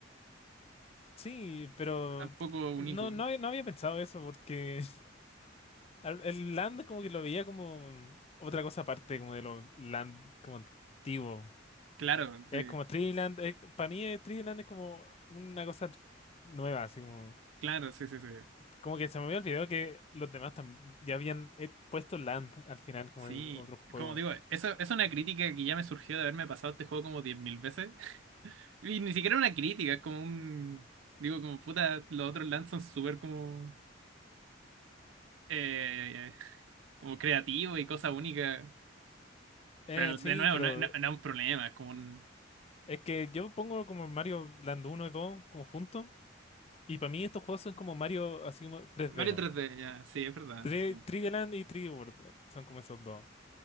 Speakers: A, on the left (about 30°); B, on the right (about 75°).
A: sí, pero
B: tampoco único.
A: no, no había, no había pensado eso porque <laughs> al- el Land como que lo veía como otra cosa aparte como de los Land como antiguo.
B: Claro,
A: Es
B: sí,
A: como Tree Land, eh, para mí eh, Tree Land es como una cosa nueva, así como
B: claro, sí, sí, sí.
A: Como que se me había olvidado que los demás tam- ya habían eh, puesto Land al final como
B: Sí,
A: en otro juego.
B: como digo, eso es una crítica que ya me surgió de haberme pasado este juego como 10.000 veces. <laughs> Y ni siquiera una crítica, es como un... Digo, como puta, los otros LAN son súper como... eh, como creativos y cosas únicas.
A: Eh,
B: Pero
A: sí,
B: de nuevo,
A: pero
B: no, no- no es un problema, es como un...
A: es que yo pongo como Mario Land uno y 2 como juntos. Y para mí estos juegos son como Mario así como 3D
B: Mario
A: nomás.
B: 3D, ya, sí, es verdad.
A: 3
B: sí.
A: d Land y 3D World eh, son como esos dos.